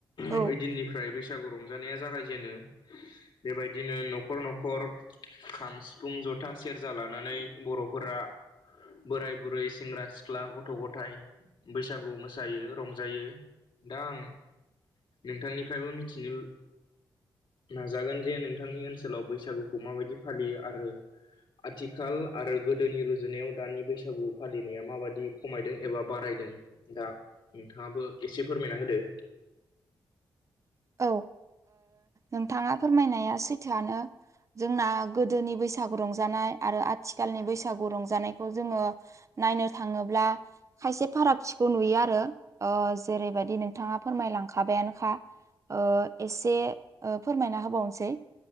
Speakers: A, on the right; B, on the left.
A: औ
B: ओइदिननिफ्राय
A: औ
B: बैसागु रंजानाया जागायजेनो बेबायदिनो न'खर न'खर खाम सिफुं जथा सेरजा लानानै। बर'फोरा बोराय बुरै सेंग्रा सिख्ला गथ' गथायाइ बैसागु मोसायो रंजायो। दा आं नोंथांनिफ्रायबो मिथिनो नाजागोन जे नोंथांनि ओनसोलाव बैसागुखौ माबायदि फालियो आरो आथिखाल आरो गोदोनि रुजुनायाव दानि बैसागु फालिनाया माबायदि खमायदों एबा बारायदों दा नोंथाङाबो एसे फोरमायना होदो।
A: औ ओ नोंथाङा फोरमायनाया सैथोआनो जोंना गोदोनि बैसागु रंजानाय आरो आथिखालनि बैसागु रंजानायखौ जोङो नायनो थाङोब्ला खायसे फारागथिखौ नुयो आरो जेरैबायदि नोंथाङा फोरमायलांखाबायानोखा। ओ एसे फोरमायना होबावनोसै